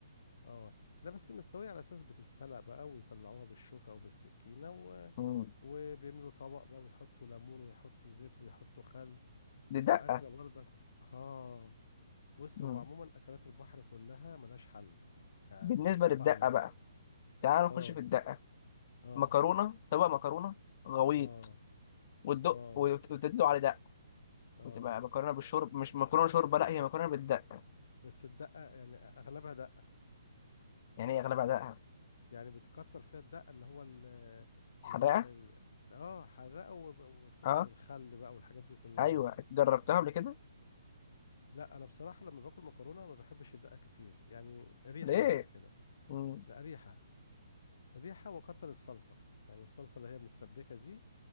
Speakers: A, on the left (about 60°); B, on the left (about 40°).
A: اه لا بس مستوية على اساس بتتسلق بقى ويطلعوها بالشوكة او بالسكينة و...
B: مم.
A: وبيعملوا طبق بقى ويحطوا ليمون ويحطوا زيت ويحطوا خل
B: دي
A: بتبقى
B: دقه
A: اكلة برضك اه بص
B: مم.
A: هو عموما اكلات البحر كلها ملهاش حل يعني
B: بالنسبه
A: بصفة
B: للدقه
A: عامة
B: بقى تعال نخش
A: اه
B: في الدقه
A: اه
B: مكرونه طبق مكرونه غويط
A: اه
B: وتدق
A: اه
B: وت- وتدلو على دق
A: اه
B: وتبقى مكرونه بالشرب مش مكرونه شوربه لا هي مكرونه بالدقه
A: بس الدقة يعني اغلبها دقة
B: يعني هي اغلبها دقه
A: يعني بتكتر فيها الدقة اللي هو ال-
B: حرقه
A: الماء ال... اه حرقة وب- وبتكتر
B: اه
A: الخل بقى والحاجات دي كلها
B: ايوه جربتها قبل كده
A: لا انا بصراحه لما باكل مكرونه ما بحبش الدقه كتير يعني ريحه
B: ليه
A: بس كده
B: مم.
A: لا ريحه ريحه وكتر الصلصه يعني الصلصه اللي هي متسبكه دي